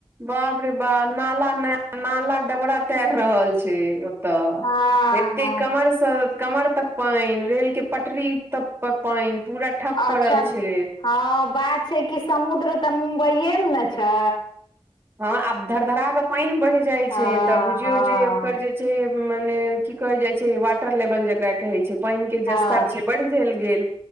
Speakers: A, on the right; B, on the left.
A: बाप रे बा नाला न नाला डबरा तैर रहल छैय। त
B: हँ
A: एते
B: हँ
A: कमर स, कमर तक पइन रेल के पटरी तक पर पइन पूरा, ठप
B: अच्छा
A: पड़ल छै
B: ह बात छय कि समुद्र त मुंबई ये में न छ।
A: हँ आब धर धरा के पइन बढ़ जाइ छय
B: हँ
A: त बुझियौ
B: हँ
A: जे ओकर जे, जे मने की कहय जाय छय वाटर लेवल जकरा कहै छय। पइन के
B: हँ
A: जे स्तर छय बढ़ि झलि गेल